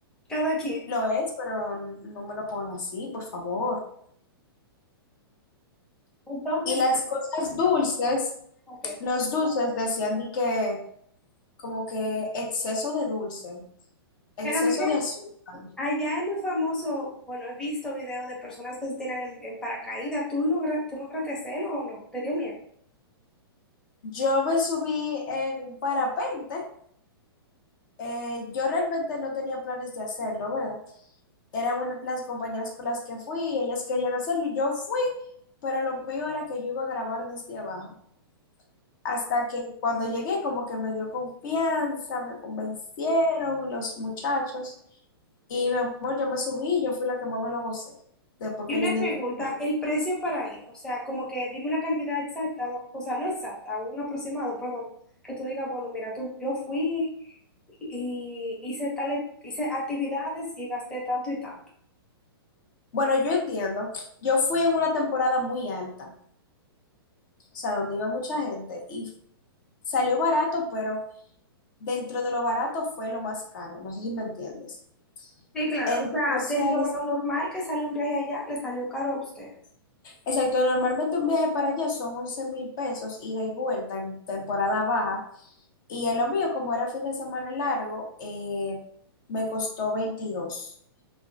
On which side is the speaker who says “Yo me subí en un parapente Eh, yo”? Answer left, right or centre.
Left